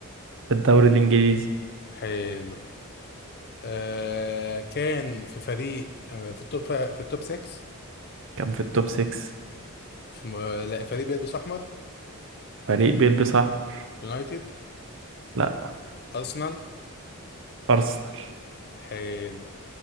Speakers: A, on the right; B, on the left.
A: في الدوري الإنجليزي
B: حلو آه كان في فريق آه في التوب فا- في التوب 6
A: كان في التوب 6
B: في م- لا، فريق بيلبس احمر
A: فريق بيلبس أحمر
B: يونايتد
A: لأ
B: ارسنال
A: أرسنال
B: حلو